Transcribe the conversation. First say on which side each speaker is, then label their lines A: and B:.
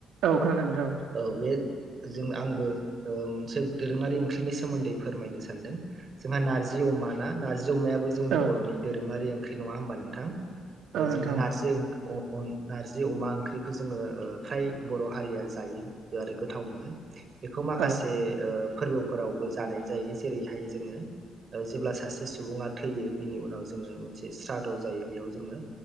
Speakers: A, on the right (about 85°); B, on the right (about 45°).
A: औ खोनादों नोंथां ।
B: औ बे जों आंबो ओ मोनसे दोरोङारि ओंख्रिनि सोमोन्दै फोरमायनो सानदों । जोंहा नारजि अमा ना नारजि अमायाबो जोंनि
A: औ
B: बर'नि दोरोङारि ओंख्रि नङा होमबा नोंथां? ओ
A: औ नोंथां
B: जोङो नारजि अ - अन नारजि अमा ओंख्रिखौ जोङो ओ फ्राय बर' हारिया जायो । आरो गोथाव मोनो बेखौ माखासे
A: औ
B: ओ फोरबोफोराव जानाय जायो जेरैहाय जोङो ओ जेब्ला सासे सुबुङा थैयो बेनि उनाव जोङो मोनसे स्राद' जायो बेयाव जोङो